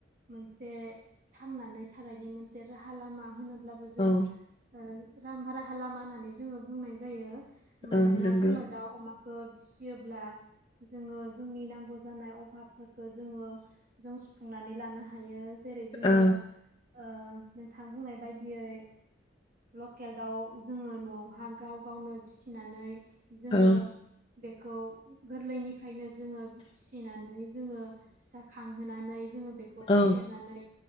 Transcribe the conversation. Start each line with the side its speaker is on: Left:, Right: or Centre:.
Right: मोनसे थांनानै थानायनि मोनसे राहा लामा होनो अब्लाबो जों
Left: औ
Right: ओ राम भारा हालामा होननानै जोङो बुंनाय जायो। मानोना
Left: औ नंगौ
Right: जोङो दाउ अमा खो फिसियोब्ला जोङो जोंनि नांगौ जानाय अभाबफोरखौ जोङो जों सुफुंनानै लानो हायो। जेरै जोङो
Left: औ
Right: ओ नोंथां बुंनाय बायदियै लकेल दाउ जोङो नआवहा गाव गावनो फिसिनानै जोङो
Left: औ
Right: बेखौ गोरलैनिफ्रायनो जोङो फिसिनानै जोङो फिसा खांहोनानै जोङो बेखौ
Left: औ
Right: फेदेरनानै